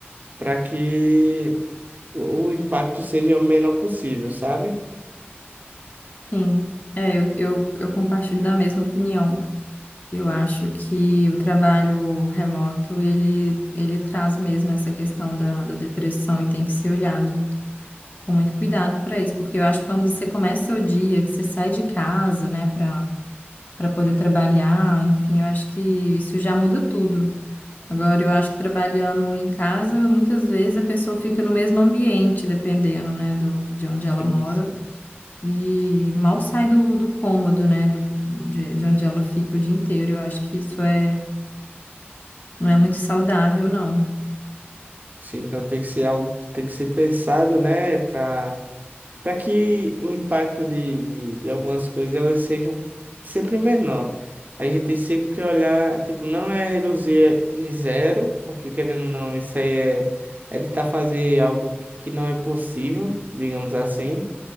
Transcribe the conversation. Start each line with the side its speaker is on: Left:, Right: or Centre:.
Right: para que o o impacto seja o menor possível, sabe?
Left: sim. É, eu, eu, eu compartilho da mesma opinião. Eu acho que o trabalho remoto, ele, ele traz mesmo essa questão da, da depressão e tem que ser olhado com muito cuidado para isso, porque eu acho que quando você começa o dia, que você sai de casa, né, para poder trabalhar, enfim, eu acho que isso já muda tudo. Agora, eu acho que trabalhando em casa, muitas vezes a pessoa fica no mesmo ambiente, dependendo, né, do, de onde
Right: Sim,
Left: ela mora,
Right: sim.
Left: e mal sai do, do cômodo, né, do, de, de onde ela fica o dia inteiro. Eu acho que isso é, não é muito saudável, não.
Right: Sim, então tem que ser algo que tem que ser pensado, né, para para que o impacto de, de, de algumas coisas elas sejam sempre menor. A gente tem sempre que olhar, tipo, não é reduzir em zero, porque querendo ou não, isso aí é, é tentar fazer algo que, que não é possível, digamos assim,